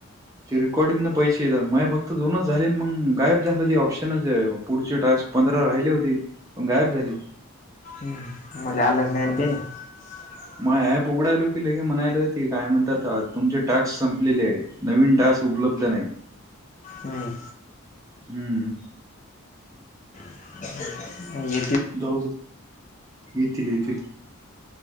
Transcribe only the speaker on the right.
ते रेकॉर्डिंग न पैसे येतात मय फक्त दोनच झाले अन् मग गायब झालं ते ऑप्शनच पुढचे टास्क पंधरा राहिले होते पण गायब झाले.
आता
मये हॅप उघडायलो की लगे म्हणायल ते काय म्हणतात तुमचे टास्क संपलेले ये. नवीन टास्क उपलब्ध नाही.
हम्म
जाऊ दे, येतील येतील.